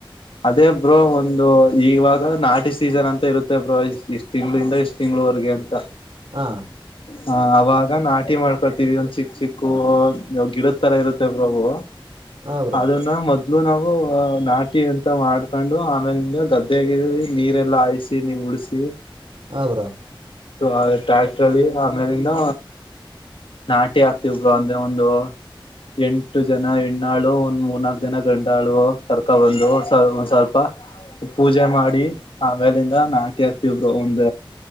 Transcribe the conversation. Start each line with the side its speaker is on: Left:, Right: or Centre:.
Left: ಅದೇ ಬ್ರೋ ಒಂದು ಇವಾಗ ನಾಟಿ ಸೀಸನ್ ಅಂತ ಇರುತ್ತೆ ಬ್ರೋ ಇ ಇಷ್ಟ್ ತಿಂಗ್ಳಿಂದ ಇಷ್ಟ್ ತಿಂಗಗಳು ವರಿಗೆ ಅಂತ
Right: ಹಾ
Left: ಹ ಅವಾಗ ನಾಟಿ ಮಾಡ್ಕೊಳ್ತೀವಿ ಒಂದ ಚಿಕ್ಕ ಚಿಕ್ಕ ಗಿಡದ ತರ ಇರುತ್ತೆ ಬಾಬು
Right: ಹಾಂ ಬ್ರೋ
Left: ಅದನ್ನ ಮೊದ ಮದ್ಲು ನಾವು ನಾಟಿ ಅಂತ ಮಾಡ್ಕೊಂಡು ಆಮೇಲಿಂದ ಗದ್ದೆಗೆ ನೀರೆಲ್ಲ ಹಾಯಿಸಿ ನೀವು ಉಳಸಿ
Right: ಹಾಂ ಬ್ರೋ
Left: ಅ ಟ್ರ್ಯಾಕ್ಟ್ರಲ್ಲಿ ಆಮೇಲಿಂದ ನಾಟಿ ಹಾಕ್ತಿವಬ್ರು ಅಂದ್ರೆ ಒಂದು ಎಂಟು ಜನ ಎಂ ಆ ಳು ಒಂದ್ ಮೂರ್ನಾಾಕಕ್ ದಿನ ಗಂಟಾಳು ಕರ್ಕೊ ಬಂದು ಒಂದ್ ಸ್ವಲ್ಪ ಪೂಜೆ ಮಾಡಿ ಆಮೇಲಿಂದ ನಾಟಿ ಹಾಕ್ತಬ್ರು ಒಂದ